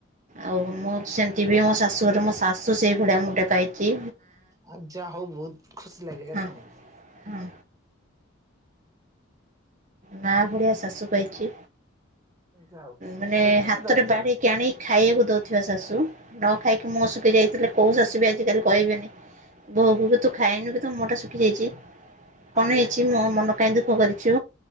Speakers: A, on the right; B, on the right.
A: ଆଉ ମୁଁ ସେମିତି ବି ମୋ ଶାଶୁଘର ମୋ ଶାଶୁ ସେଇ ଭଳିଆ ମୁଁ ଗୋଟେ ପାଇଚି।
B: ଆ ଯାହା ହଉ ବହୁତ ଖୁସି ଲାଗିଲା
A: ହଁ
B: ଶୁଣିକି।
A: ହଁ ମା ଭଳିଆ ଶାଶୁ ପାଇଚି।
B: ଯାଉ
A: ମାନେ
B: ସେତିକି
A: ହାତରେ
B: ଦରକାର
A: ବାଢିକି ଆଣିକି ଖାଇବାକୁ ଦଉଥିବା ଶାଶୁ ନ ଖାଇକି ମୁହଁ ଶୁଖି ଯାଇ ଦେଲେ କୋଉ ଶାଶୁ ବି ଆଜିକାଲି କହିବେନି ବୋହୂକୁ କି ତୁ ଖାଇନୁ କି ତୋ ମୁହଁଟା ଶୁଖିଯାଇଛି। କଣ
B: ଆଜ୍ଞା
A: ହେଇଛି ମୋ ମନ କାହିଁ ଦୁଃଖ କରିଛୁ